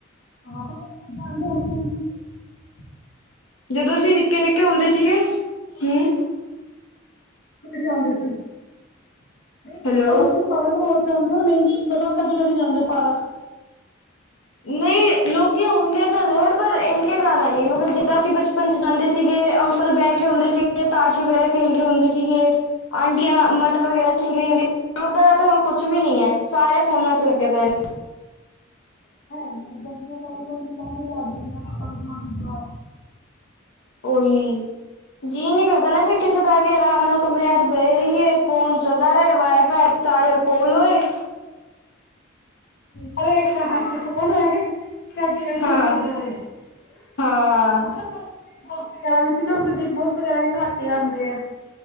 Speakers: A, on the left; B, on the left.
A: ਆਹੋਦੇ <unintelligible>
B: ਜਦੋਂ ਅਸੀਂ ਨਿੱਕੇ-ਨਿੱਕੇ ਹੁੰਦੇ ਸੀਗੇ ਹੂੰ
A: ਫੜ ਜਾਂਦੇ ਸੀ ਨਹੀਂ
B: ਹੈਲੋ
A: ਮਤਲਬ ਕਿ ਪਾਰਕ ਰੋਜ਼ ਜਾਂਦੇ ਹੋ ਨਈ ਮਤਲਬ ਕਦੀ-ਕਦੀ ਜਾਂਦੇ ਹੋ ਪਾਰਕ
B: ਨਈ ਲੋਕੀ ਆਉਂਦੇ ਤਾਂ ਨੇ ਪਰ ਇਨੇ ਜ਼ਿਆਦਾ ਨੀ ਮਤਲਬ ਜਿੱਦਾਂ ਅਸੀਂ ਬਚਪਨ 'ਚ ਜਾਂਦੇ ਸੀਗੇ ਅੰਕਲ ਬੈਠੇ ਹੁੰਦੇ ਸੀਗੇ, ਤਾਸ਼ ਵਗੈਰਾ ਖੇਡ ਰਹੇ ਹੁੰਦੇ ਸੀਗੇ ਆਂਟੀਆਂ ਮਟਰ ਵਗੈਰਾ ਛਿੱਲ ਰਹੀ ਹੁੰਦੀਆ, ਇਦਾਂ ਦਾ ਤਾਂ ਹੁਣ ਕੁੱਛ ਵੀ ਨੀ ਹੈ, ਸਾਰੇ ਫੋਨਾਂ 'ਚ ਲੱਗੇ ਪਏ ਨੇ
A: ਹੁਣ ਦੇਖਿਆ ਜਾਏ ਤਾ ਕੋਈ ਰਾਜ਼ੀ ਨੀ ਆ <unintelligible>
B: ਉਹੀ ਜੀਅ ਨੀ ਕਰਦਾ ਨਾ ਫਿਰ ਕਿਸੇ ਦਾ ਵੀ ਆਰਾਮ ਨਾਲ ਕਮਰਿਆਂ 'ਚ ਬਹਿ ਜਾਈਏ ਫੋਨ ਚੱਲਦਾ ਰਹੇ ਵਾਈਫਾਈ ਚਾਰਜਰ ਕੋਲ ਹੋਏ।
A: ਪਰ <unintelligible> ਐ ਹੱਥ 'ਚ ਫੋਨ ਹੋਏ ਜਾਂ ਗੇਮ-
B: ਹਾਂ
A: ਸ਼ੇਮ ਚਲਦਾ ਰਹੇ ਹੁਣ
B: ਹਾਂ
A: ਤਾਂ ਪਹਿਲਾਂ ਤਾਂ ਬਿਗ-ਬੋਸ ਵਗੈਰਾ ਵੀ ਸੀ ਨਾ ਹੁਣ ਤਾਂ ਬਿਗ-ਬੋਸ ਵਗੈਰਾ ਵੀ ਘੱਟ ਆਉਦੇ ਆ